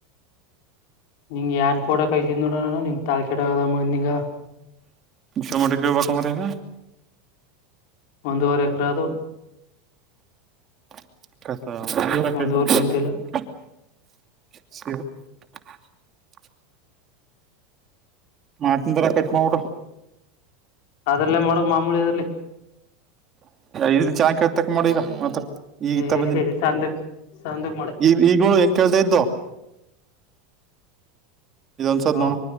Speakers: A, on the left; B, on the right.
A: ನಿಂಗ ಏನ್ ಪೋಡ ಕೈಸಿದ್ ನೋಡಣ ನಿ ತಾಳ ಕೆಡದ ನಿಂಗ
B: ಇಮಟಕ್ಕೆ ಬಕ ಮಾರೆಯಿದೆ
A: ಒಂದುವರೆ ಎಕರಾದು
B: <unintelligible>
A: ಒಂದೂವರೆ ಗುಂಟೆ ಇಲ್ಲ
B: <unintelligible> ಮಾಡ್ತಂತಾರ ಕೆಟ್ ಮಾಡಡು
A: ಅದ್ರಲ್ಲೇ ಮಾಡುವ ಮಾಮೂಲಿಿಯಲ್ಲಿ
B: ಇದರಲ್ಲಿ ಚೆನ್ನಾಗಿ ಕೇಳಿದ್ ತಕ್ಷಣ ಮಾತಾಡು ಈಗ ಇತ್ತ
A: ಏ
B: ಬಂದನಿ
A: ಸಂದಕ್ ಸಂದಕ್ ಮಾಡ
B: ಈಗ ಈಗ್ ನೋ ಹೆಂಗ ಕೇಳ್ತಾ ಇದ್ದೋ ಇದು ಒಂದ್ ಸರ್
A: ಹ್ಮ
B: ನೋಣ